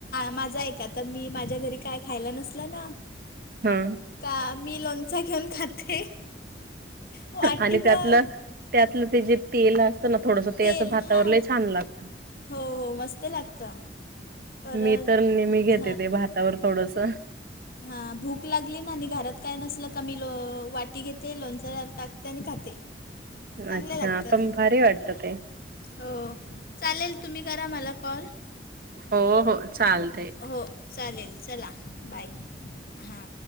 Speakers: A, on the left; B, on the right.
A: माझ एका आता मी माझ्या घरी काय खायला नसल ना.
B: हा.
A: का मीलोणचा घेऊन खाते. वाटीभर
B: आणि त्यातलं त्यातलं ते जे तेल. ना थोडस ते
A: तेल
B: असं भातावरलय
A: हां
B: छान लागत.
A: हो हो मस्त लागतं परत
B: मी तर नेहमी घेते ते भातावर थोडस
A: हा भूक लागली ना आणि घरात काय नसल का मी लो वाटी घेते लोणच टाकते आणि खाते <inaudible>
B: अच्छा
A: लागतं
B: पण भारी वाटत ते
A: हो चालेल तुम्ही करा मला कॉल
B: हो हो चालतय
A: हो चालेल चला बाय हां